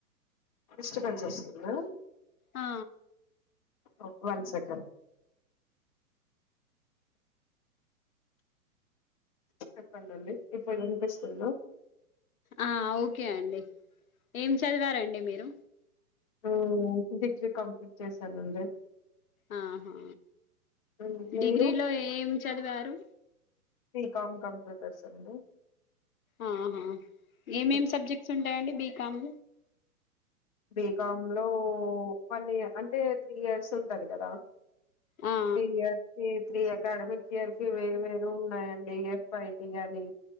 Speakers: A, on the left; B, on the left.
A: డిస్టబెన్స్ వస్తుందా?
B: ఆ
A: ఓ వన్ సెకండ్ చెప్పండండి ఇప్పుడు వినిపిస్తుంద?
B: ఆ ఓకె అండి. ఏం చదివారండి మీరు?
A: మ్మ్ డిగ్రీ కంప్లీట్ చేసానండి.
B: ఆహా
A: ఉమ్, మీరు
B: డిగ్రీలో ఏం చదివారు
A: బీ కాం కంప్యూటర్స్ అండి
B: ఆహా ఏమేం
A: ఉమ్,
B: సబ్జెక్ట్స్ ఉంటాయండి బి కమ్
A: బీకామ్ లో వన్ ఇయ అంటే త్రీ ఇయర్స్ ఉంటది కదా
B: ఆ
A: త్రీయర్ తి త్రీయర్ అకాడమిక్ ఇయర్ కి వేరు వేరు ఉన్నాయండి ఎఫ్ఐటి అని